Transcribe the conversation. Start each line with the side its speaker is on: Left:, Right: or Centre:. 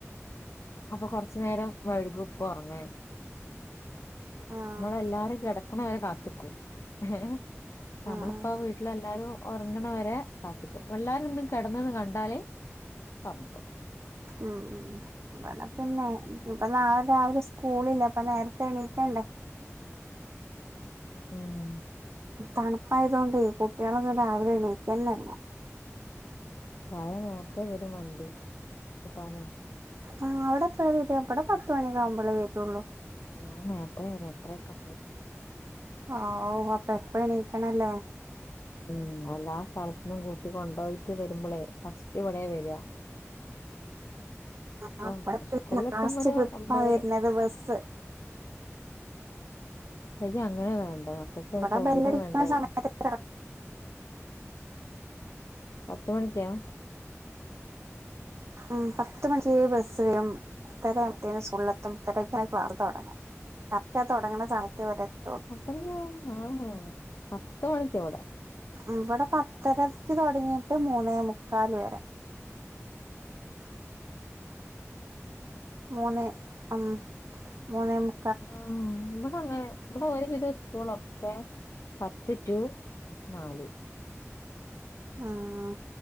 Left: അപ്പൊ കൊറച്ചുനരം വഴുകുപ്പോ ഉറങ്ങാൻ
Right: ആഹ്
Left: നമ്മളെല്ലാരും കിടക്കണ വരെ കാത്തിക്കും ഏഹ് നമ്മളിപ്പ
Right: ആഹ് ആഹ്
Left: വീ ട്ടിൽ എല്ലാരും ഉറങ്ങണ വരെ കാത്തിക്കും എല്ലാരും ഒന്നും കിടന്ന് ന്ന് കണ്ടാല് ഒറങ്ങിക്കോളും.
Right: ഉം അവിടെ പിന്നെ ഇപ്പൊ നാളെ രാവിലെ സ്കൂളില്ല അപ്പ നേരത്തെ എണീക്കണ്ടേ? ഉ
Left: ആഹ്.
Right: തണുപ്പായത് കൊണ്ടേ ഈ കുട്ടികളൊന്നും രാവിലെ എണീക്കന്നില്ല.
Left: അതെ നേരത്തെ വരും വണ്ടി കൂട്ടാനെ.
Right: ആഹ് അവടെ എപ്പഴാ വര്വ പത്ത് മണിങ്ങാ കുമ്പഴേ വരുള്ളൂ.
Left: ഓ നേരത്തെ ഒരു എട്ടരയൊക്കെ പോരും.
Right: ആഹ് അപ്പൊ എപ്പ എണീക്കണല്ലേ?
Left: ഉം എല്ലാ സ്ഥലത്തന്നും കൂട്ടി കൊണ്ടുപോയിട്ട് വരുമ്പോളേ ഫസ്റ്റ് ഇവിടെയ വരിക. അപ്പം
Right: ആഹ് ഇവിടെ
Left: സ്കൂളിൽ
Right: എപ്പഴും ലാസ്റ്റ്
Left: എത്തുമ്പോ ഒരു
Right: ട്രിപ്പാ
Left: ഒമ്പത്
Right: വരുന്നത് ബസ്സ്.
Left: ശരിക്കും അങ്ങനെ വേണ്ട മക്കൾക്ക്
Right: ഇവിടെ
Left: സൗകര്യം
Right: ബെല്ലടിക്കുന്ന
Left: വേണ്ടേ?
Right: സമയത്ത്
Left: പത്ത് മണിക്കോ?
Right: ഉം പത്ത് മണിക്ക് ബസ്സ്. സ്സ് വെരും പത്തര ആവുമ്പോതെയനും സുള്ളത്തും ഇത്രരക്കാണക്ക പാറത്ത തുടങ്ങ. കരറ്റാ തുടങ്ങണ സമയത്ത് ഇവരെത്ത്
Left: പത്തരയ്ക്ക് ആഹ് പത്ത് മണിക്ക് ഇവടെ.
Right: ഇവടെ പത്തരക്ക് തുടങ്ങിയിട്ട് മൂന്നേ മുക്കാൽ വരെ.
Left: ആഹ
Right: മൂന്നേ ആഹ് മൂന്നേ മു
Left: ആഹ് ഇവിടെങ്ങനെ ഇവിടെ ഒരു വിധ സ്കൂളോ ക്കെ പത്ത് ടു നാല്.
Right: ആഹ്